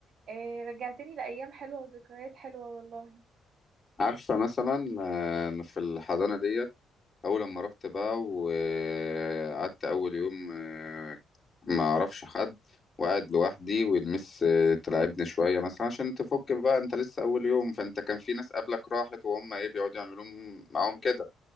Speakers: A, on the right; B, on the left.
A: إيه رجعتني لأيام حلوة وذكريات حلوة والله
B: عارفة مثلا آه، في الحضانة ديت أول لما رحت بقى وقعدت أول يوم آه، ما أعرفش حد وقاعد لوحدي والمس آه، تلعبني شوية مثلا عشان تفك بقى أنت لسه أول يوم فأنت كان في ناس قبلك راحت وهم إيه بيقعدوا يعملوا معاهم كده